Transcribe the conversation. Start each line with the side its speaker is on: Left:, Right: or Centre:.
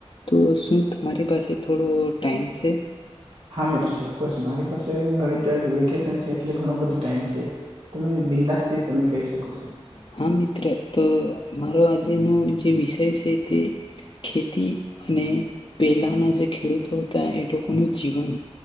Left: તો શું તમારી પાસે થોડો ટાઈમ છે.
Right: હા મિત્ર ચોકકસ. મારી પાસે હવે તો વેકેશન છે એટલે ઘણું બધું ટાઈમ છે. તમે બિંદાસ તેથી તમે કહી શકો છો
Left: હા મિત્ર તો મારો આજેનો જે વિષય છે તે ખેતી અને પહેલાના જે ખેડૂતો હતા એ લોકોનું જીવન